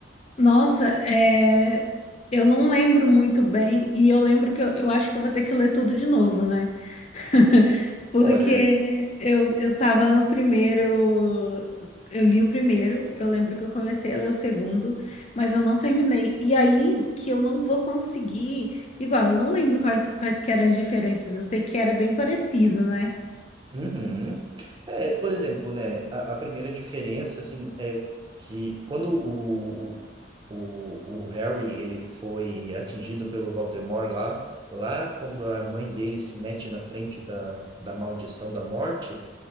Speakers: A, on the left; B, on the right.
A: Nossa, é, eu não lembro muito bem, e eu lembro que eu, eu acho que eu vou ter que ler tudo de novo, né? <laughs> Porque
B: Olha,
A: eu, eu tava no primeiro, eu li o primeiro, eu lembro que eu comecei a ler o segundo, mas eu não terminei. E aí que eu não vou conseguir, igual, eu não lembro quais, quais que eram as diferenças, eu sei que era bem parecido, né?
B: Uhum. É, por exemplo, né, a, a primeira diferença, assim, é que quando o, o, o Harry, ele foi atingido pelo Voldemort lá, lá quando a mãe dele se mete na frente da, da maldição da morte,